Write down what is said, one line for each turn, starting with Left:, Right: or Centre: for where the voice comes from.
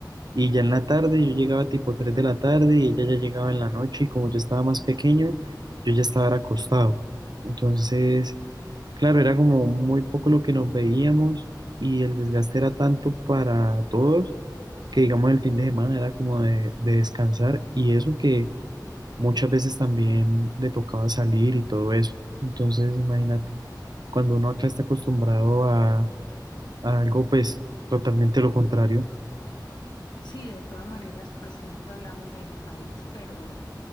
Right: Y ya en la tarde, yo llegaba tipo 3 de la tarde y ella ya llegaba en la noche y como yo estaba más pequeño, yo ya estaba acostado. Entonces, claro, era como muy poco lo que nos veíamos y el desgaste era tanto para todos que digamos el fin de semana era como de, de descansar y eso que muchas veces también le tocaba salir y todo eso. Entonces, imagínate, cuando uno acá está acostumbrado a, a algo, pues totalmente lo contrario.
Left: Sí, de todas maneras, pues siempre hablamos del país, pero